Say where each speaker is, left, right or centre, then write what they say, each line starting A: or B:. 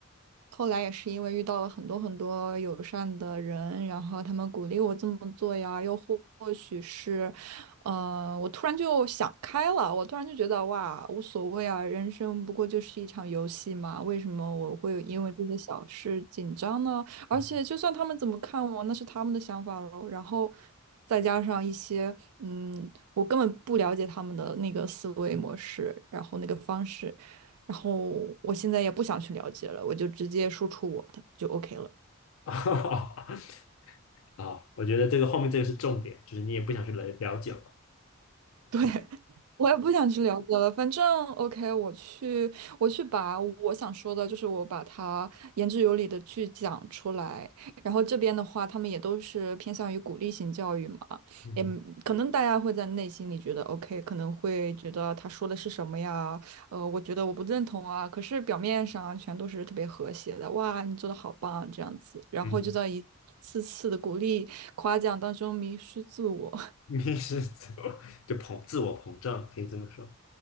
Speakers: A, on the right; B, on the left.
A: 后来也是因为遇到了很多很多友善的人，然后他们鼓励我这么做呀，又或或许是，呃，我突然就想开了，我突然就觉得哇，无所谓啊，人生不过就是一场游戏嘛，为什么我会因为这些小事紧张呢？而且就算他们怎么看我，
B: 嗯
A: 那是他们的想法喽。然后再加上一些，嗯，我根本不了解他们的那个思维模式，然后那个方式。然后我现在也不想去了解了，我就直接输出我的就 OK 了。
B: <laughs>，哈哈啊，我觉得这个后面这个是重点，就是你也不想去了了解嘛。
A: 对，我也不想去了解了。反正 OK，我去，我去把我想说的，就是我把它言之有理的去讲出来。然后这边的话，他们也都是偏向于鼓励型教育嘛，
B: 嗯哼，
A: 也可能大家会在内心里觉得 OK，可能会觉得他说的是什么呀？呃，我觉得我不认同啊。可是表面上全都是特别和谐的，哇，你做的好棒这样子，然后就在一次次的鼓励夸奖当中迷失自我。
B: 嗯，你是怎么就膨自我膨胀，可以这么说。